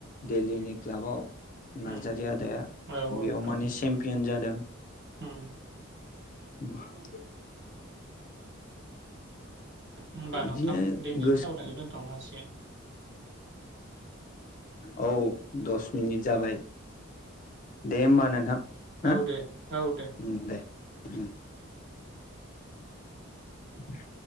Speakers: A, on the left; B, on the right.
A: दिल्लीनि क्लाबाव। नारजारि
B: उम उम
A: आदाया
B: औ औ
A: बेयाव
B: दङमोन
A: माने चेम्पियन जादों।
B: उम
A: ओम।
B: होनबा
A: बिदिनो
B: नोंथां दिनैनि
A: गोसो
B: सावरायनायखौ दोनथ'नो हासिगोन।
A: औ औ दस मिनिट जाबाय। दे होमबा नोंथां हा
B: औ दे औ दे
A: ओम दे। ओम। <inaudible>